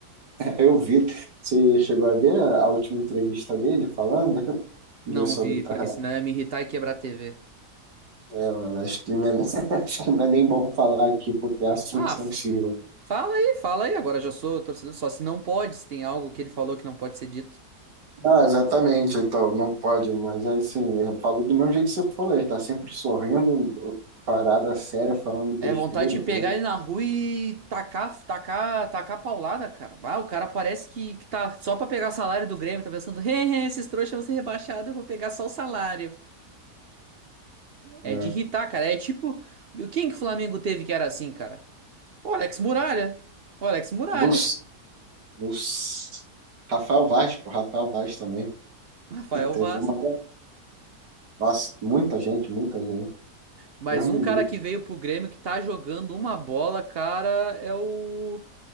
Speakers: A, on the right; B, on the right.
A: Eu vi, você chegou a ver a última entrevista dele falando <laughs> de-
B: Não
A: sobre
B: vi,
A: tá
B: porque
A: relação?
B: senão ia me irritar e quebrar a TV.
A: É, mano, acho que, não é, <laughs> acho que não é nem bom falar aqui porque é assunto
B: Ah,
A: sensível.
B: f- fala aí, fala aí. Agora já sou torcedor só. Se não pode, se tem algo que ele falou que não pode ser dito.
A: Ah, exatamente, então, não pode, mas é assim, eu falo do mesmo jeito que você falou, ele tá sempre sorrindo, parada séria, falando besteira,
B: É vontade de
A: tá
B: pegar
A: vendo?
B: ele na rua e tacar, tacar, tacar paulada, cara. Ah, o cara parece que, que tá só pra pegar salário do Grêmio, tá pensando, "Hehe, esses trouxas vão ser rebaixados, eu vou pegar só o salário. É
A: É.
B: de irritar, cara. É tipo, quem que o Flamengo teve que era assim, cara? O Alex Muralha. O Alex Muralha.
A: Bus, Bus. Rafael Vaz, pô, Rafael Vaz também.
B: Rafael
A: <laughs> Teve
B: Vaz.
A: uma. Nossa, muita gente, muita gente.
B: Mas
A: Deus me
B: um cara
A: livre.
B: que veio pro Grêmio que tá jogando uma bola, cara, é o.